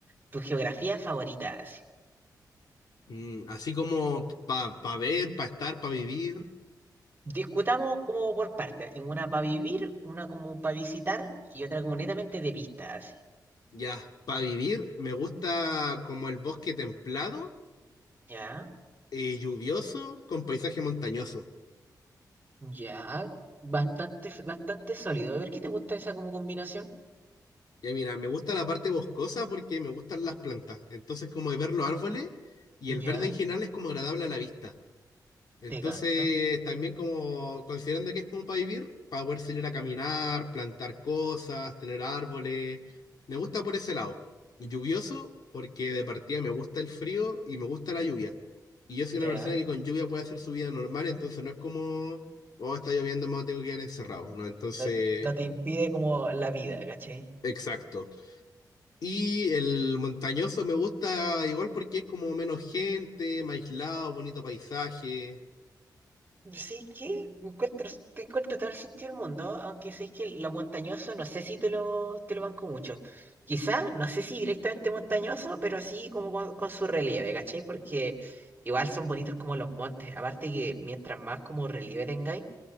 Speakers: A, on the right; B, on the left.
A: tu geografía favorita? así?
B: Mm, así como para ver, para estar, para vivir.
A: Discutamos como por partes, así, una para vivir, una como para visitar y otra como netamente de vista, así.
B: Ya, para vivir me gusta como el bosque templado,
A: Ya,
B: eh, lluvioso, con paisaje montañoso.
A: ya, bastante, bastante sólido. A ver, ¿qué te gusta esa como combinación?
B: Ya mira, me gusta la parte boscosa porque me gustan las plantas. Entonces como de ver los árboles y
A: Ya,
B: el verde en general es como agradable a la vista. Entonces,
A: te gato.
B: también como considerando que es como para vivir, para poder salir a caminar, plantar cosas, tener árboles. Me gusta por ese lado. Lluvioso, porque de partida me gusta el frío y me gusta la lluvia. Y yo soy
A: Ya,
B: una persona que con lluvia puede hacer su vida normal, entonces no es como, oh, está lloviendo, me tengo que quedar encerrado, ¿no? Entonces,
A: no, no te impide como la vida, ¿cachai?
B: exacto. Y el montañoso me gusta igual porque es como menos gente, más aislado, bonito paisaje.
A: Sí que encuentro, te encuentro todo el sentido del mundo, aunque sé que lo montañoso no sé si te lo, te lo banco mucho. Quizá, no sé si directamente montañoso, pero así como con, con su relieve, ¿cachai? Porque igual son bonitos como los montes. Aparte que mientras más como relieve tengáis,